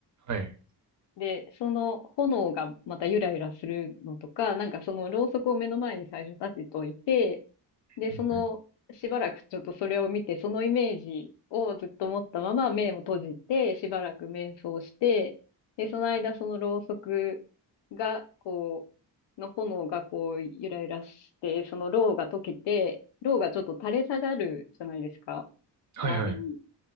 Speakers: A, on the right; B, on the left.
A: はい、
B: で、その炎がまたゆらゆらするのとか、なんかそのろうそくを目の前に最初立てといて、で、
A: うんうん。
B: その、しばらくちょっとそれを見て、そのイメージをずっと持ったまま目を閉じて、しばらく瞑想して、で、その間そのろうそくが、こう、の炎がこう、ゆらゆらして、そのろうが溶けて、ろうがちょっと垂れ下がるじゃないですか。
A: はいはい。
B: 周りに。
A: う